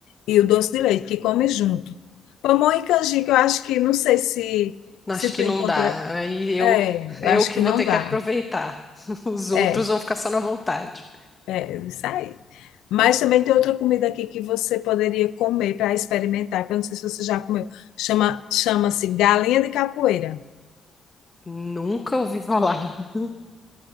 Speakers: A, on the left; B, on the left.
A: e o doce de leite que come junto. Pamonha e canjica, eu acho que não sei se
B: acho
A: se tu
B: que
A: encontra
B: não dá. Aí eu
A: É, eu
B: eu
A: acho
B: que
A: que
B: vou
A: não
B: ter
A: dá.
B: que aproveitar. <laughs> Os outros
A: É,
B: vão ficar só na vontade.
A: é, isso aí. Mas também tem outra comida aqui que você poderia comer para experimentar, que eu não sei se você já comeu. Chama, chama-se galinha de capoeira.
B: Nunca ouvi falar. <laughs>